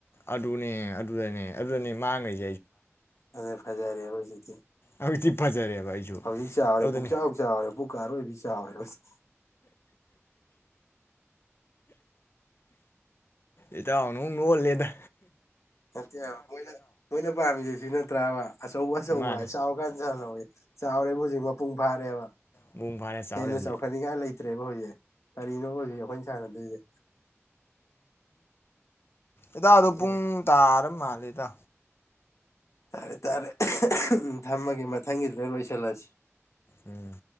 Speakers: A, on the left (about 55°); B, on the left (about 85°).
A: ꯑꯗꯨꯅꯦ ꯑꯗꯨꯗꯅꯦ ꯑꯗꯨꯗꯅꯦ ꯃꯥꯡꯉꯩꯁ
B: ꯑꯗꯨ ꯐꯖꯥꯔ‌ꯦꯕ ꯍꯧꯖꯤꯛꯇꯤ
A: ꯍꯧꯖꯤꯛꯇꯤ ꯐꯖꯔꯦꯕ ꯑꯩꯁꯨ
B: ꯍꯧꯖꯤꯛ ꯆꯥꯎꯔꯦ
A: ꯑꯗꯨꯗꯅꯤ
B: ꯄꯨꯛ ꯆꯥꯎ ꯆꯥꯎꯔꯦ ꯄꯨꯛꯀ ꯑꯔꯣꯏꯕꯤ ꯆꯥꯎꯔꯦ ꯍꯧꯖꯤꯛ
A: ꯏꯇꯥꯎꯅ ꯃꯨꯛ ꯅ‌ꯣꯛꯍꯜꯂ‌ꯦꯗ
B: ꯅꯠꯇ‌ꯦꯕ ꯃꯣꯏꯅ ꯃꯣꯏꯅ ꯄꯥꯝꯃꯤ ꯁꯤ ꯅꯠꯇ꯭ꯔꯥꯕ ꯑꯆꯧꯕ ꯑꯆꯧꯕ
A: ꯃꯥꯅꯤ
B: ꯍꯥꯏ ꯆꯥꯎꯀꯥꯟꯗ ꯁꯥꯟꯅꯧꯋ‌ꯣꯌ‌ꯦ ꯆꯥꯎꯔꯦ ꯍꯧꯖꯤꯛ ꯃꯄꯨꯡ ꯐꯥꯔꯦꯕ
A: ꯃꯄꯨꯡ ꯐꯥꯔꯦ ꯆꯥꯎꯔꯦ
B: ꯍꯦꯟꯅ
A: ꯍꯧꯖꯤꯛ
B: ꯆꯥꯎꯈꯠꯅꯤꯡꯉꯥꯏ ꯂꯩꯇ꯭ꯔꯦꯕ ꯍꯧꯖꯤꯛ ꯀꯔꯤꯅꯣꯕ ꯍꯧꯖꯤꯛ ꯑꯩꯈꯣꯏꯅ ꯁꯥꯟꯅꯗꯣꯏꯁꯦ
A: ꯏꯇꯥꯎꯗꯣ
B: ꯄꯤꯛꯑꯦ
A: ꯄꯨꯡ ꯇꯥꯔ ꯃꯥꯜꯂꯤꯗ
B: ꯇꯥꯔꯦ ꯇꯥꯔꯦ ꯎꯝ ꯊꯝꯃꯒꯦ ꯃꯊꯪꯒꯤꯗꯨꯗ ꯂꯣꯏꯁꯤꯜꯂꯁꯤ
A: ꯎꯝ